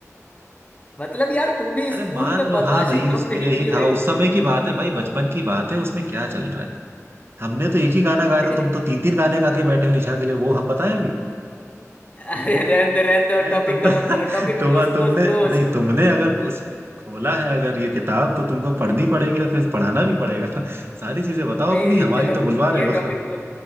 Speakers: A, on the left; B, on the right.
A: मतलब यार तुम भी
B: अरे
A: स्कूल
B: मान
A: में
B: लो
A: बदमाशी
B: हाँ भाई
A: कम
B: उसके
A: नहीं
B: लिए ही
A: की हो
B: था
A: एक
B: उस समय की बात है भाई बचपन की बात है उसमें क्या चल रहा है हमने तो एक ही गाना गाया
A: लेकिन
B: था तुम तो तीन तीन गाने गा के बैठे हो निशा के लिए वो हम बताएं अभी
A: अरे रहने दो रहने दो
B: मैं
A: टॉपिक
B: तुम <laughs>
A: खत्म करो टॉपिक
B: तुम
A: क्लोज
B: तुमने
A: क्लोज क्लोज
B: नहीं तुमने अगर उस खोला है अगर ये किताब तो तुमको पढ़नी पड़ेगी और फिर पढ़ाना भी पड़ेगा <laughs> सारी चीजें
A: <laughs>
B: बताओ
A: नहीं
B: अपनी हमारी
A: चलो
B: तो बुलवा रहे
A: ये
B: हो
A: टॉपिक